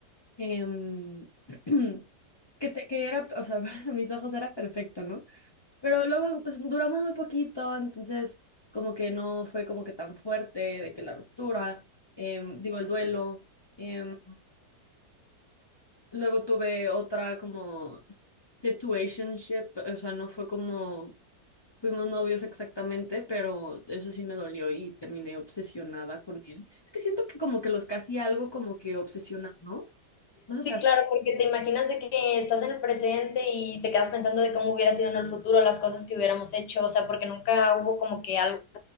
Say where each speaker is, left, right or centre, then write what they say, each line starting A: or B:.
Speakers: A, on the left; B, on the left.
A: em, <clears throat> Que, te- que era, o sea, <laughs> a mis ojos era perfecto, ¿no? Pero luego, pues duramos muy poquito, entonces como que no fue como que tan fuerte de que la ruptura, em, digo, el duelo. em, luego tuve otra como situationship, o sea, no fue como fuimos novios exactamente, pero eso sí me dolió y terminé obsesionada con él. Es que siento que como que los casi algo como que obsesionan, ¿no? No se
B: Sí,
A: te hace.
B: claro, porque te imaginas de que estás en el presente y te quedas pensando de cómo hubiera sido en el futuro las cosas que hubiéramos hecho, o sea, porque nunca hubo como que algo